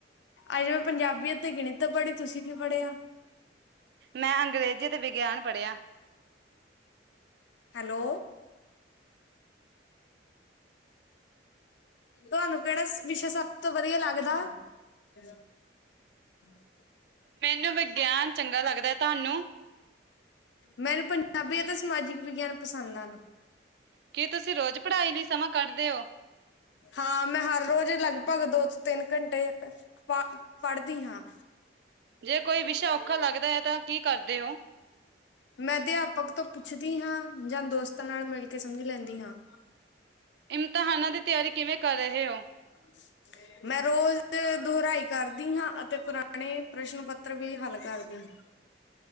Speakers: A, on the left (about 75°); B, on the right (about 60°).
A: ਅੱਜੇ ਮੈਂ ਪੰਜਾਬੀ ਅਤੇ ਗਣਿਤ ਪੜ੍ਹੀ ਤੁਸੀਂ ਕੀ ਪੜ੍ਹਿਆ?
B: ਮੈਂ ਅੰਗਰੇਜ਼ੀ ਤੇ ਵਿਗਿਆਨ ਪੜ੍ਹਿਆ।
A: ਹੈਲੋ, ਤੁਹਾਨੂੰ ਕਿਹੜਾ ਵਿਸ਼ਾ ਸਭ ਤੋਂ ਵਧੀਆ ਲੱਗਦਾ? ਹ <inaudible>
B: ਮੈਨੂੰ ਵਿਗਿਆਨ ਚੰਗਾ ਲੱਗਦਾ। ਤੁਹਾਨੂੰ?
A: ਮੈਨੂੰ ਪੰਜਾਬੀ ਅਤੇ ਸਮਾਜਿਕ ਵਿਗਿਆਨ ਪਸੰਦ ਹਨ।
B: ਕੀ ਤੁਸੀਂ ਰੋਜ਼ ਪੜ੍ਹਾਈ ਲਈ ਸਮਾਂ ਕੱਢਦੇ ਹੋ?
A: ਹਾਂ। ਮੈਂ ਹਰ ਰੋਜ਼ ਲਗਭਗ ਦੋ ਤੋਂ ਤਿੰਨ ਘੰਟੇ ਪ ਪੜ੍ਹਦੀ ਹਾਂ।
B: ਜੇ ਕੋਈ ਵਿਸ਼ਾ ਔਖਾ ਲੱਗਦਾ ਹੈ ਤਾਂ ਕੀ ਕਰਦੇ ਹੋ?
A: ਮੈਂ ਅਧਿਆਪਕ ਤੋਂ ਪੁੱਛਦੀ ਹਾਂ। ਜਾਂ ਦੋਸਤਾਂ ਨਾਲ ਮਿਲ ਕੇ ਸਮਝ ਲੈਂਦੀ ਹਾਂ।
B: ਇਮਤਿਹਾਨਾਂ ਦੀ ਤਿਆਰੀ ਕਿਵੇਂ ਕਰ ਰਹੇ ਹੋ?
A: ਜ <inaudible> ਮੈਂ ਰੋਜ਼ ਦੁਹਰਾਈ ਕਰਦੀ ਹਾਂ। ਅਤੇ ਪੁਰਾਣੇ ਪ੍ਰਸ਼ਨ ਪੱਤਰ ਵੀ ਹੱਲ ਕਰਦੀ ਹਾਂ।